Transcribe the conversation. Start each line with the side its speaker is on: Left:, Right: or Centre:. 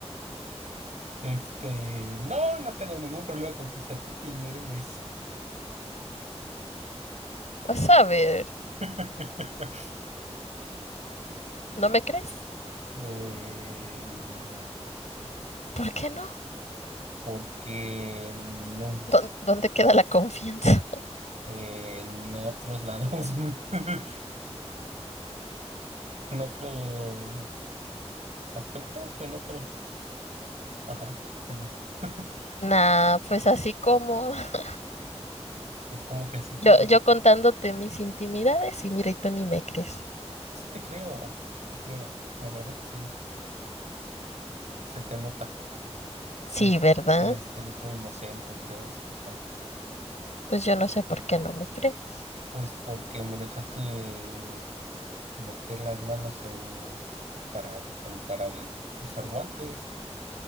Right: Este, no, no tengo ningún problema con que sea tu primer beso.
Left: Vas a ver,
Right: <laughs>
Left: ¿no me crees?
Right: Eh, no,
Left: ¿Por qué no?
Right: porque no.
Left: ¿Dó- ¿Dónde queda la confianza?
Right: Eh, en otros lados, <laughs> en otro aspecto, en otros, ajá, temas. <laughs>
Left: Nah, pues así como <laughs>
Right: Pues como que así
Left: yo,
Right: como,
Left: yo contándote mis intimidades y mira, y tú ni me crees.
Right: sí te creo, sí te creo, la verdad sí, se te nota,
Left: Sí,
Right: eres,
Left: ¿verdad?
Right: eres, eres muy inocente y todo eso. ajá.
Left: Pues yo no sé por qué no me crees.
Right: Pues porque me dejaste meter las manos en para, pon- para de- usar guantes.